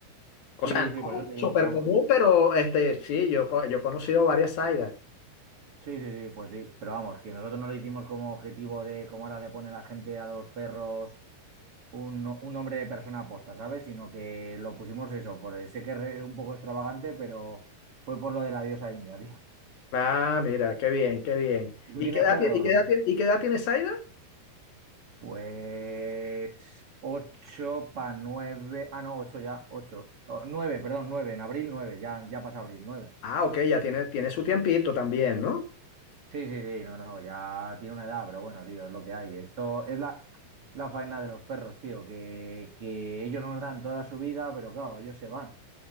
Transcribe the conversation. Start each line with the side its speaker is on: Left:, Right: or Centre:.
Left: O
Right: Sí,
Left: sea, no
Right: sí, por eso te
Left: súper
Right: digo, pero vamos,
Left: común, pero este, sí, yo, co- yo he conocido varias Zaidas.
Right: Sí, sí, sí, pues sí, pero vamos, que nosotros no lo hicimos como objetivo de como ahora le pone la gente a los perros un, un nombre de persona aposta, ¿sabes? Sino que lo pusimos eso, por, sé que es re- un poco extravagante, pero fue por lo de la diosa india, tío.
Left: Ah, mira, qué bien, qué bien.
Right: ¿Y tú
Left: ¿Y
Right: tienes
Left: qué edad,
Right: perros
Left: tie- y qué
Right: o
Left: edad,
Right: no?
Left: tie- y qué edad tiene Zaida?
Right: Pues ocho para nueve, ah no, ocho ya, ocho, Oh, nueve, perdón, nueve, en abril nueve, ya, ya pasa abril, nueve.
Left: Ah, ok, ya tiene, tiene su tiempito también, ¿no?
Right: Sí, sí, sí, no, no, ya tiene una edad, pero bueno, tío, es lo que hay. Esto es la, la faena de los perros, tío, que, que ellos nos dan toda su vida, pero claro, ellos se van.